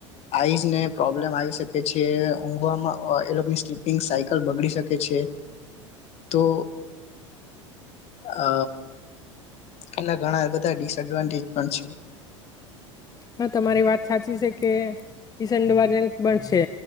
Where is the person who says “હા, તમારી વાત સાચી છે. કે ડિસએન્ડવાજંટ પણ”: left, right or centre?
Left